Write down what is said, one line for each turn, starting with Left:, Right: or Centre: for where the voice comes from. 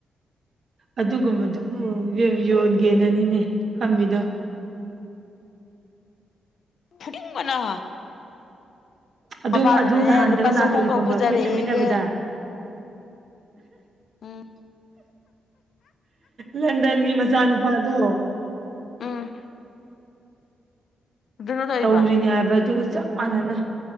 Right: ꯑꯗꯨꯒꯨꯝꯕꯗꯨꯕꯨ ꯏꯕꯦꯝꯃ ꯌꯣꯟꯒꯦꯅꯅꯤꯅꯦ ꯐꯝꯃꯤꯗꯣ
Left: ꯐꯨꯅꯤꯡꯕꯅ
Right: ꯑꯗꯨꯝ
Left: ꯃꯄꯥꯅꯅꯦ
Right: ꯑꯗꯨ ꯅꯍꯥꯟꯗꯒ
Left: ꯂꯨꯄꯥ
Right: ꯅꯥ
Left: ꯆꯍꯨꯝ
Right: ꯇꯧꯔꯤ
Left: ꯈꯛ
Right: ꯈꯪꯕ꯭ꯔꯥ
Left: ꯄꯨꯖꯔꯛꯑꯦꯌꯦ
Right: ꯑꯩꯈꯣꯏ ꯆꯠꯃꯤꯟꯅꯕꯗ
Left: ꯎꯝ
Right: ꯂꯟꯗꯟꯒꯤ ꯃꯆꯥꯅꯨꯄꯥꯗꯣ
Left: ꯎꯝ ꯑꯗꯨꯅ ꯇꯧꯏꯕ
Right: ꯇꯧꯔꯤꯅꯦ ꯍꯥꯏꯕ ꯑꯗꯨꯒ ꯆꯞ ꯃꯥꯟꯅꯅ